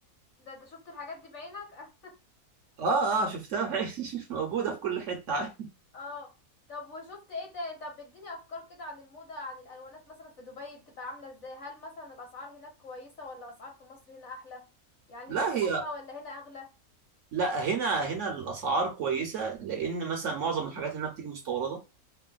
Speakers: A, on the left; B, on the right.
A: ده ده شفت الحاجات دي بعينك <laughs>
B: اه اه شفتها في عيني <laughs> موجوده في كل حته عادي
A: اه طب وشفت ايه تاني طب اديني افكار كده عن الموضة عن الالوانات مثلا في دبي بتبقى عاملة ازاي هل مثلا الاسعار هناك كويسة ولا اسعار في مصر هنا احلى يعني
B: لا
A: هناك احلى
B: هي
A: ولا هنا اغلى
B: لا هنا هنا الاسعار كويسه لان مثلا معظم الحاجات هنا بتيجي مستورده